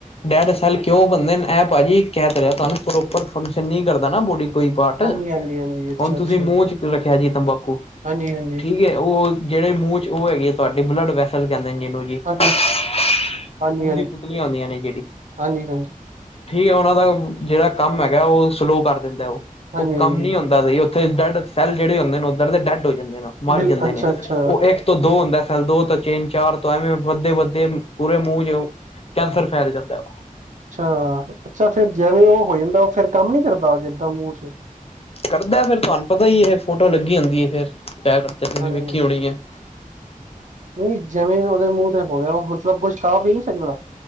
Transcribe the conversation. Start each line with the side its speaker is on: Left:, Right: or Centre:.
Left: ਡੇਡ ਸੈਲ ਕਿਉਂ ਬੰਨਦੇ ਨ, ਐ ਭਾਜੀ, ਕਹਿ ਤ ਰੈਆ ਤੁਆਨੂੰ, ਪ੍ਰੋਪਰ ਫੰਕਸ਼ਨ ਨਈ ਕਰਦਾ ਨਾ ਬੋੜੀ। ਕੋਈ ਪਾਰ੍ਟ,
Right: ਹਾਂਜੀ ਹਾਂਜੀ ਹਾਂਜੀ ਅੱਛਾ
Left: ਹੁਣ ਤੁਸੀਂ
Right: ਅੱਛਾ
Left: ਮੂੰਹ ਚ ਰੱਖੇਆ ਜੀ ਤੰਬਾਕੂ
Right: ਹਾਂਜੀ ਹਾਂਜੀ
Left: ਠੀਕ ਏ ਓ ਜੇੜੇ ਮੂੰਹ ਚ ਓ ਹੈਗੇ ਏ, ਸਾਡੀ ਬੁਲਡ ਵੈਸਲ ਕੈਂਦੇ ਨੇ ਜਿਨੂੰ ਖੂਨ
Right: ਹਾਂਜੀ ਹਾਂਜੀ ਹਾਂਜੀ
Left: ਦੀ ਪੁਤਲੀਆਂ ਹੂੰਦੀਆਂ ਨੇ ਜੇੜੀ
Right: ਹਾਂਜੀ ਹਾਂਜੀ
Left: ਠੀਕ ਐ ਓਨਾਂ ਦਾ ਵ, ਜੇੜਾ ਕੰਮ ਹੈਗੈ ਓ ਸਲੋਅ ਕਰ ਦਿੰਦੈ ਓ।
Right: ਹਾਂਜੀ
Left: ਓ ਕੰਮ
Right: ਹਾਂਜੀ
Left: ਨੀ ਹੋਂਦਾ ਸਹੀ, ਓਥੇ ਡੈਡ ਸੈੱਲ ਜੇੜੇ ਹੋਂਦੇ ਨੇ, ਓਦਰ ਦੇ ਡੈਡ ਹੋ ਜਾਂਦੇ ਨੇ, ਮਰ
Right: ਬਿਲ
Left: ਜਾਂਦੇ
Right: ਅੱਛਾ
Left: ਨੇ
Right: ਅੱਛਾ
Left: ਇਕ ਤੋ ਦੋ ਹੁੰਦਾ ਐ ਸੈੱਲ, ਦੋ ਤੋਂ ਚੇਨ ਚਾਰ ਤੋਂ ਐਵੇਂ ਵੱਧਦੇ ਵੱਧਦੇ ਪੂਰੇ ਮੂੰਹ ਚ ਔ ਕੈਂਸਰ ਫੈਲ ਜਾਂਦਾ ਔ
Right: ਅੱਛਾ ਅੱਛਾ ਫੇਰ ਜਿਵੇਂ ਉਹ ਹੋ ਜਾਂਦਾ, ਉਹ ਫੇਰ ਕੰਮ ਨੀ ਕਰਦਾ, ਏਦਾਂ ਮੂ
Left: ਕਰਦਾ ਫੇਰ ਤੁਹਾਨੂੰ ਪਤਾ ਹੀ ਇਹ, ਫੋਟੋ ਲੱਗੀ ਹੁੰਦੀ ਹੈ ਫੇਰ, ਡੈਡ ਤੇ ਤੁਸੀਂ
Right: ਹਾਂਜੀ
Left: ਵੇਖੀ ਹੋਣੀ ਹੈ <inaudible>
Right: ਨਹੀਂ ਜਿਵੇਂ ਉਹਦੇ ਮੂੰਹ ਤੇ ਹੋ ਗਿਆ ਉਹ ਮਤਲਬ ਕੁਛ ਖਾ ਪੀ ਨੀ ਸਕਦਾ